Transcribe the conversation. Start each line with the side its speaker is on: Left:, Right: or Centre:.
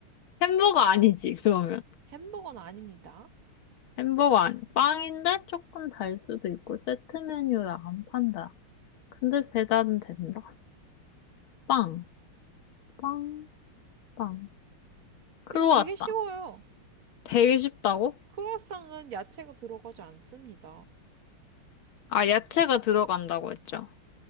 Left: 햄버거 아니지, 그러면.
Right: 햄버거는 아닙니다.
Left: 햄버거 아니, 빵인데 조금 달 수도 있고, 세트 메뉴라 안 판다. 근데 배달은 된다. 빵, 빵, 빵. 크로와상.
Right: 이거 되게 쉬워요.
Left: 되게 쉽다고?
Right: 크루아상은 야채가 들어가지 않습니다.
Left: 아, 야채가 들어간다고 했죠.